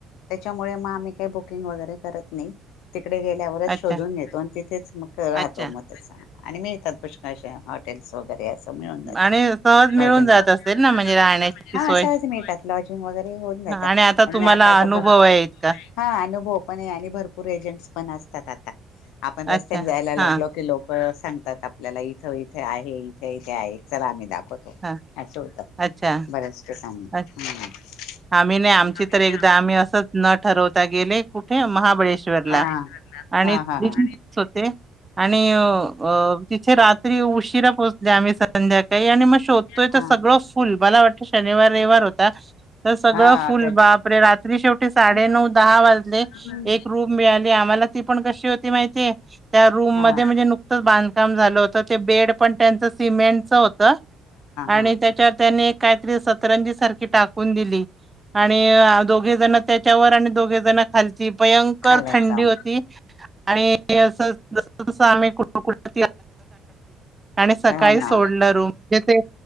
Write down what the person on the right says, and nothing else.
अच्छा
अच्छा
आणि सहज
जात
असेल ना
म्हणजे
राहण्याची
सोय
हां आता
तुम्हाला
आहे
इतका
अच्छा
हा
हा
अच्छा
अ
आम्ही नाही आमची
तर एकदा आम्ही असंच न ठरवता गेले कुठे महाबळेश्वरला
आणि
<unintelligible> होते. आणि अ अ तिथे रात त्री उशिरा पोहचले आम्ही संध्याकाळी आणि मग शोधतोय
तर सगळं फुल मला वाटतं शनिवार रविवार होता सगळं
फुल्ल बापरे रात्री शेवटी साडे नऊ
दहा वाजले
एक रूम मिळाली आम्हाला ती पण कशी होती माहितीय त्या रूम
मध्ये नुकत् बांधकाम झालं होतं तर ते बेड पण त्यांचं सिमेंटच होतं आणि
त्याच्यात त्यांनी काहीतरी सतरंजी सारखी टाक आणि अ दोघे जण त्याच्यावर आणि दोघे जण खालती भयंकर
थंडी
होती. आणि अस जस जस आम्ही कुठं कुठं आणि सकाळी
सोडलं रूम म्हणजे